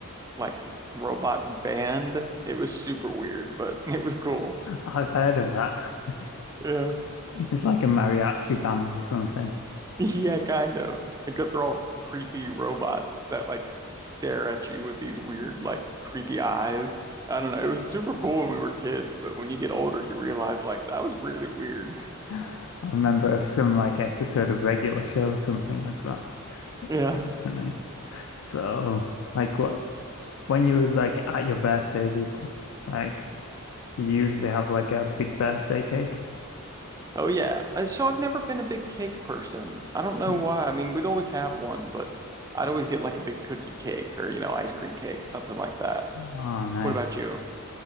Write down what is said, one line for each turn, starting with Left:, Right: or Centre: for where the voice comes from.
Right: like robot band. It was super weird, but <laughs> it was cool.
Left: I've heard of that. <laughs>
Right: Yeah.
Left: It's like a mariachi band or something.
Right: <laughs> Yeah, kind of. Except they're all creepy robots that like stare at you with these weird, like creepy eyes. I don't know. It was super cool when we were kids, but when you get older, you realize like that was really weird.
Left: I remember some like episode of Regular Show or something like that.
Right: Yeah.
Left: Pretty funny. So like what? when you was like at your birthday, did like do you usually have like a big birthday cake?
Right: Oh yeah. Uh, So I've never been a big cake person. I don't know
Left: Mm.
Right: why. I mean, we'd always have one, but I'd always get like a big cookie cake or, you know, ice cream cake, something like that.
Left: Oh, nice.
Right: What about you?